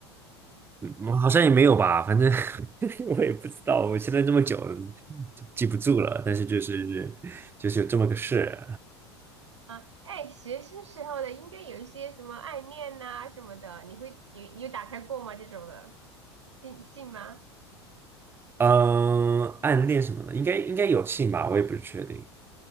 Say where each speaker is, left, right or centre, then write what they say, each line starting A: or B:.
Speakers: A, on the right (about 15°); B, on the right (about 85°).
A: 嗯，我好像也没有吧，反正 <laughs> 我也不知道，我现在这么久就记不住了，但是就是就是有这么个事，
B: 啊？啊，哎，学生时候的应该有一些什么暗恋呐、什么的，你会有有打开过吗？这种的信信吗？
A: 嗯，暗恋什么的，应该应该有信吧，我也不是确定，